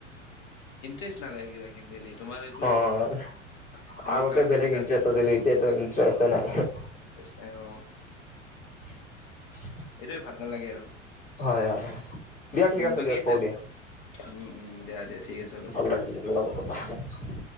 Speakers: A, on the left (about 50°); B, on the left (about 20°).
A: ইণ্ট্ৰেষ্টট নালাগে কিবা গেম খেলি। তোমাৰ এইটো
B: অ'
A: এইবোৰ
B: আগতে
A: কাৰ
B: বেলেগ
A: গেম চাৰ
B: ইণ্টাৰেষ্ট আছিল এতিয়াটো ইণ্টাৰেষ্ট নাই।
A: ইনট্ৰাষ্ট নাই অ অ।
B: <unintelligible>
A: এইটোৱে ভাল নালাগে আৰু।
B: হয় হয় হয়, দিয়া ঠিক
A: মুভি
B: আছে দিয়া
A: কি
B: থওঁ
A: চাই
B: দিয়া,
A: উম উম দিয়া দিয়া ঠিক আছে হ'ব দিয়া
B: ভাল ল- <unintelligible>